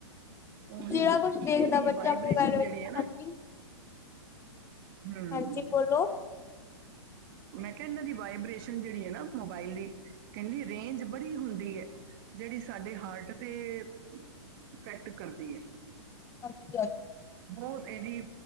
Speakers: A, on the right (about 45°); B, on the left (about 15°).
A: ਉਹੀ
B: ਜਿਹੜਾ ਕੁਛ ਦੇਖਦਾ
A: ਇਹਦੀ
B: ਬੱਚਾ
A: ਵਾਈਬ੍ਰੇਸ਼ਨ
B: ਮੋਬਾਇਲ ਵਿੱਚ
A: ਜਿਹੜੀ ਐ ਨਾਂ
B: ਹਾਂਜੀ
A: ਹੂੰ,
B: ਹਾਂਜੀ ਬੋਲੋ
A: ਮੈਂ ਕਿਹਾ ਇਹਨਾਂ ਦੀ ਵਾਈਬ੍ਰੇਸ਼ਨ ਜਿਹੜੀ ਐ ਨਾ ਮੋਬਾਇਲ ਦੀ ਕਹਿੰਦੀ। ਰੇਂਜ ਬੜੀ ਹੁੰਦੀ ਐ। ਜਿਹੜੀ ਸਾਡੇ ਹਾਰਟ ਤੇ ਇਫੈਕਟ ਕਰਦੀ ਐ।
B: ਹਾਂਜੀ ਹਾਂਜੀ,
A: ਬਹੁਤ ਇਹਦੀ,